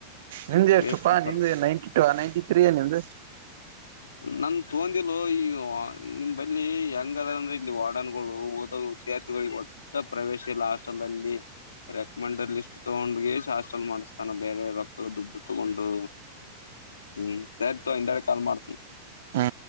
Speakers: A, on the right; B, on the left.
A: ನಿಂದ ಎಷ್ಟು
B: ವೇಸ್ಟ್
A: ಪಾ
B: ಪಲ್
A: ನಿಂದ ನೈಂಟಿ ಟೂ ನೈಂಟಿ ತ್ರೀಯ ನಿ್ದ
B: ನನ್ ತೊಂದಿಿಲ್ಲ ಈ ನಿಮ್ಲ್ಲಿಿ ಹೆಂಗದಾರಂದ್ರೆ ಇಲ್ಲಿ ವಾಡನ್ಗಳು ಹಓದ ವಿದಾರ್ಥಗಳಿಗೆ ಒಟ್ಟ ಪ್ರವೇಶ ಇಲ್ಲ ಹಸ್ಟಲ್ಲ್ಲಿ ರೆಕಮಂಡ್ ಲಿಸ್ಟ್ ತಗೊಂಡ್ ಹಾಸ್ಟೆಲ್ ಮಾಡಿಸ್ತಾನ ಬೇರೆ ರೊಕ್ಕ ದುಡ್ಡು ತಗೊಂಡು ಹ್ಮ್ ಸಯ್ತು ಹಿಂದಡೆ ಕಾಲ್ ಮಾಡ್ತೀನಿ
A: ಹಾ